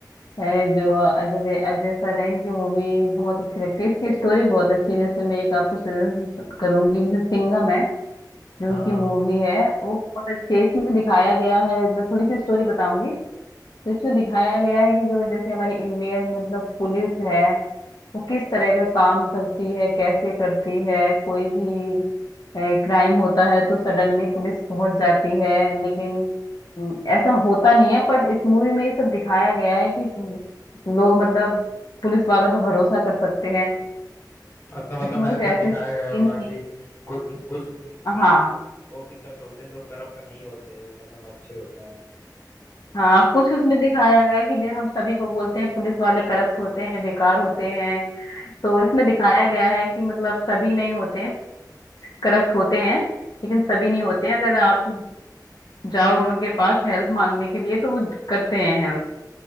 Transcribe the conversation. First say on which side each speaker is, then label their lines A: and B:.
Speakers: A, on the left; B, on the left.
A: ए, जो अजय अजय सर हैं इनकी मूवी बहुत अच्छी लगती है इसकी स्टोरी बहुत अच्छी है जैसे मैं एक आपको सजेशन करूंगी जैसे सिंघम है जो
B: हाँ
A: उनकी मूवी है वो बहुत अच्छी है इसमें दिखाया गया है मैं थोड़ी सी स्टोरी बताऊंगी तो इसमें दिखाया गया है कि जो जैसे हमारी इंडियन मतलब पुलिस है वो किस तरह का काम करती है कैसे करती है कोई भी क्राइम होता है तो सडनली पुलिस पहुंच जाती है लेकिन अम, ऐसा होता नहीं है बट इस मूवी में ये सब दिखाया गया है कि अम, लोग मतलब पुलिस वालों पर भरोसा कर सकते हैं
B: अच्छा मतलब
A: इसमें
B: ऐसा
A: कुछ ऐसे
B: दिखाया
A: सीन
B: गया होगा
A: थी
B: कि कुछ कुछ पुलिस
A: हाँ
B: ऑफिसर्स होते हैं जो करप्ट नहीं होते वो मतलब अच्छे होते हैं
A: हाँ कुछ उसमें दिखाया गया है कि जो हम सभी को बोलते हैं पुलिस वाले करप्ट होते हैं बेकार होते हैं तो इसमें दिखाया गया है कि मतलब सभी नहीं होते हैं करप्ट होते हैं लेकिन सभी नहीं होते हैं अगर आप जाओगे उनके पास हेल्प मांगने के लिए तो वो करते हैं हेल्प